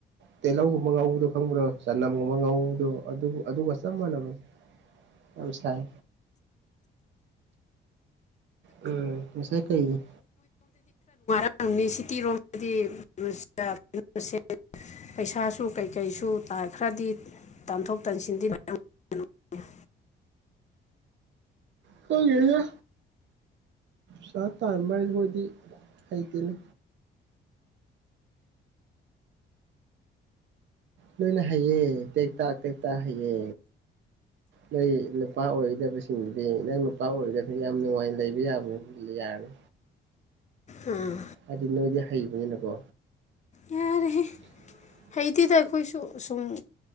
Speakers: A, on the right; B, on the left.
A: ꯇꯤꯍꯧꯒꯨꯝꯕ ꯉꯧꯕꯗꯣ ꯐꯪꯕ꯭ꯔꯣ ꯆꯅꯝꯒꯨꯝꯕ ꯉꯧꯕꯗꯣ ꯃꯅꯕ ꯑ ꯁꯥꯏ ꯎꯝ ꯃꯁꯥꯏ ꯀꯩ
B: ꯑꯪꯅꯤ ꯁꯤꯇꯤꯔꯣꯝꯗꯗꯤ ꯀꯩꯅꯣꯁꯦ ꯄꯩꯁꯥꯁꯨ ꯀꯩꯀꯩꯁꯨ ꯇꯥꯈ꯭ꯔꯗꯤ ꯇꯥꯟꯊꯣꯛ ꯇꯥꯟꯁꯤꯟꯗꯤ <unintelligible>
A: ꯈꯪꯗꯦꯗꯥ ꯁꯥꯇꯔ ꯃꯍꯔꯦ ꯃꯣꯗꯤ ꯍꯥꯏꯇꯅꯦ ꯂꯣꯏꯅ ꯍꯩꯌꯦ ꯇꯦꯛꯇꯥꯛ ꯇꯦꯛꯇꯥꯛ ꯍꯩꯌꯦ ꯅꯣꯏ ꯅꯨꯄꯥ ꯑꯣꯏꯒꯣꯏꯗꯕꯁꯤꯡꯗꯨꯗꯤ ꯅꯪ ꯅꯨꯄꯥ ꯑꯣꯏꯒꯗꯕꯁꯤꯡ ꯌꯥꯝ ꯅꯨꯡꯉꯥꯏꯅ ꯂꯩꯕ ꯌꯥꯕ ꯌꯥꯔꯦ
B: ꯑꯥ
A: ꯑꯗꯨꯗꯤ ꯅ ꯑꯣꯏꯗꯤ ꯍꯩꯕꯅꯤꯅꯨꯀꯣ
B: ꯌꯥꯔꯦꯍꯦ
A: <unintelligible>
B: ꯍꯩꯇꯦꯗ ꯑꯩꯈꯣꯏꯁꯨ ꯁꯨꯝ